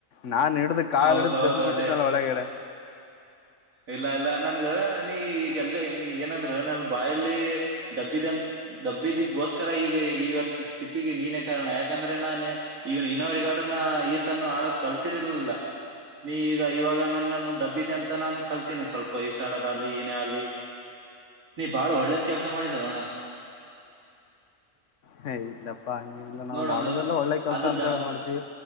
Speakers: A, on the left (about 65°); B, on the right (about 80°).
A: ನಾನ್ ಹಡು ಕಾಲ
B: ಹೌದೌದು
A: ಹಿಡ್ದು ದಬ್ಿ ಬಿಟ್ಟಿದಿದ್ದನ
B: ಅದೇ
A: ಒಳಗಡೆ
B: ಇಲ್ಲ ಇಲ್ಲ ನನ್ಗ ನೀ ಈಗಲ್ಲ ನೀ ಏನಂದ್ರ ನನ್ ಬಾಯಲ್ಲಿ ದಬ್ಬಿದೆ ಅಂತ ದಬ್ಬಿದಗೋಸ್ಕರ ಈಗ ಇವತ್ ಸ್ಥಿತಿಗೆ ನೀನೇ ಕಾರಣ ಯಾಕಂದ್ರೆ ನಾನು ಇವ ಇನ್ನವರಿಗಾದ ಈಸನ್ನು ಆಡದ ಕಲ್ತಿರ್ಲಿಲ್ಲ ನೀ ಈಗ ಇವಾಗ ನನ್ನನ್ನು ದಬ್ಬಿದೆ ಅಂತ ನಾನು ಕಲ್ತೀಿನಿ ಸ್ವಲ್ಪ ಈಿಸಾಡದ ಅಲ್ಲಿ ಏನೇ ಅಲಿ ನೀ ಬಾಳ ಒಳ್ಳೇದ್ ಕೆಲ್ಸ ಮಾಡಿದವೋಣ
A: ಹ ಏ ಇಲ್ಲಪ್ಪಾ ಹ ನಾವು
B: ನೋಡದು
A: ಮಾಡೋದೆಲ್ಲ ಒಳ್ಳೆ ಕೆಲ್ಸ
B: ಅದು
A: ಅಂತ
B: ದಬ್
A: ಹೇಳಿ ಮಾಡ್ತೀವಿ